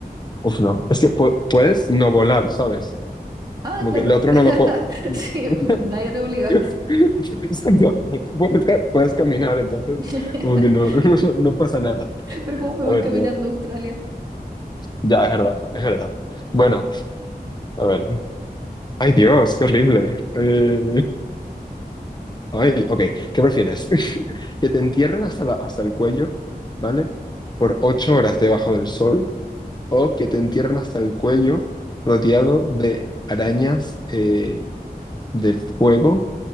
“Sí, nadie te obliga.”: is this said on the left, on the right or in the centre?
Right